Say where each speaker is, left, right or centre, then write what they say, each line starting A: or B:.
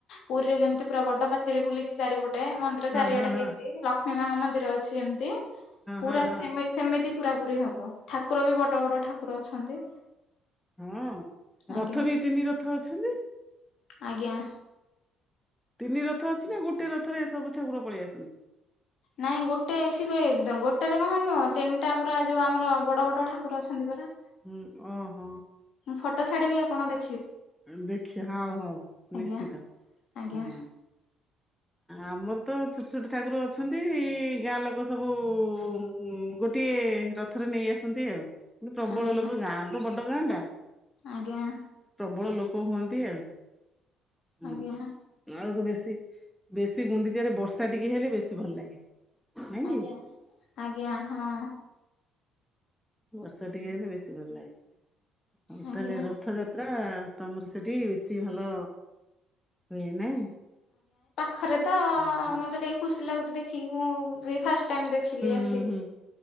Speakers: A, on the left (about 55°); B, in the centre.
A: ପୁରୀରେ ଯେମିତି ପୁରା ବଡ ପାଚେରୀ ବୁଲିଛି ଚାରିପଟେ ମନ୍ଦିର
B: ହଁ
A: ଚାରିଆଡେ
B: ହଁ ହଁ
A: ହେଇଚି। ଲ ମୀ ମାଙ୍କ ମନ୍ଦିର ଅଛି ଯେମିତି ପୁରା
B: ହଁ ହଁ
A: ହେମି ହେମିତି ପୁରା ପୁରି ହବ। ଠା ଠାକୁର ବି ବଡ଼ ବଡ଼ ଠାକୁର ଅଛନ୍ତି।
B: ହଁ।
A: ଆଜ୍ଞା
B: ରଥ ବି ତିନି ରଥ ଅଛନ୍ତି?
A: ଆଜ୍ଞା।
B: ତିନି ରଥ ଅଛି ନା ଗୋଟେ ରଥରେ ଏ ସବୁ ଠାକୁର ପଳେଇ ଆସନ୍ତି?
A: ନାଇଁ ଗୋଟେ ସିବେ ଗୋଟେ ରେ କଣ ହବ। ତିନିଟା ପୁରା ଯୋଉ ଆମର ବଡ ବଡ ଠାକୁର ଅଛନ୍ତି ପରା।
B: ହୁଁ ଓ ହୋ।
A: ଫଟୋ ଛାଡିବି ଆପଣ ଦେ
B: ଦେଖି ହଉ ହଉ
A: ଆଜ୍ଞା
B: ନିଶ୍ଚିତ
A: ଆଜ୍ଞା
B: ହୁଁ। ଆମର ତ ଛୋଟ ଛୋଟ ଠାକୁର ଅଛନ୍ତି। ଗାଁ ଲୋକ ସବୁ ଉ ଗୋଟିଏ ରଥରେ ନେଇ ଆସନ୍ତି ଆଉମକିନ୍ତୁ ପ୍ରବଳ
A: ଆଜ୍ଞା
B: ଲୋକ ଗାଁ ତ ବଡ ଗାଁ ଟା।
A: ଆଜ୍ଞା।
B: ପ୍ରବଳ ଲୋକ ହୁଅନ୍ତି ଆଉ। ହୁଁ
A: ଆଜ୍ଞା
B: ଆଉ ତ ବେ ବେଶୀ ଗୁଣ୍ଡିଚାରେ ବର୍ଷା ଟିକେ ହେଲେ ବେଶୀ ଭଲ ଲାଗେ। ନାଇଁ
A: ଆଜ୍ଞା
B: କି
A: ଆଜ୍ଞା ହଁ।
B: ବର୍ଷା ଟିକେ ହେଲେ ବେଶୀ ଭଲ ଲାଗେ। ଆଉ
A: ଆଜ୍ଞା
B: ତାହେଲେ ରଥଯା ପୁରା ତମର ସେଠି ବେଶୀ ଭଲ ହୁଏ ନାଇଁ?
A: ଖରେ ତ
B: ହୁଁ ହୁଁ
A: ମତେ ଟିକେ ଖୁସି ଲାଗୁଚି ଦେଖିକି ମୁଁ ବି ଫାଷ୍ଟ ଷ୍ଟ ଟାଇମ୍ ଦେଖିଲି ଆସିକିରି।
B: ହୁଁ ହୁଁ ହୁଁ